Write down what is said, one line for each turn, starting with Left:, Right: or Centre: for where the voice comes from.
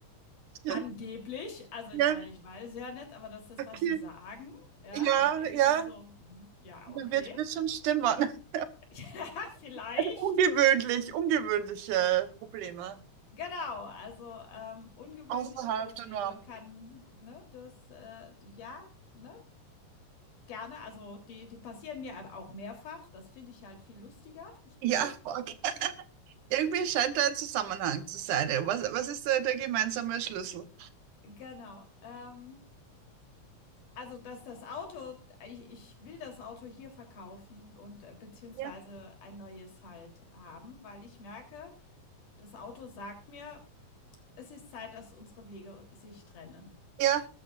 Right: Ja,
Left: Angeblich. Also,
Right: ja,
Left: ich meine, ich weiß ja nicht, aber das ist,
Right: okay.
Left: was sie sagen. Ja,
Right: Ja,
Left: dann denke
Right: ja,
Left: ich mir so: „Mhm, ja,
Right: da
Left: okay,
Right: wird, wird schon stimmen. <laughs>
Left: <laughs> vielleicht.“
Right: Also ungewöhnlich, ungewöhnliche Probleme
Left: Genau, also, ähm, ungewöhnliche
Right: außerhalb
Left: Probleme
Right: der Norm.
Left: kann, ne, das, äh ja, ne, gerne. Also, die die passieren mir aber auch mehrfach. Das finde ich halt viel lustiger. <laughs>
Right: Ja, okay. Irgendwie scheint da ein Zusammenhang zu sein. Was, was ist da der gemeinsame Schlüssel?
Left: Genau, ähm, also, dass das Auto ich ich will das Auto hier verkaufen und, äh, beziehungsweise
Right: Ja.
Left: ein neues halt haben, weil ich merke, das Auto sagt mir: „Es ist Zeit, dass unsere Wege sich trennen.“
Right: Ja,